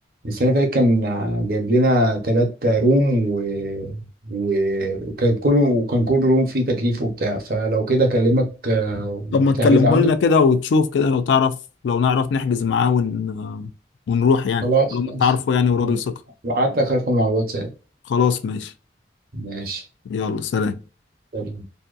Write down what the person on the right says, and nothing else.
السنه اللي فاتت كان جايب لنا ثلاث روم و... و... وكان كل وكان كل روم فيه تكييف وبتاع فلو كده اكلمك آه،
وتحجز
عنده
خلاص
ماشي
بعت لك رقم على الواتساب
ماشي
سلام.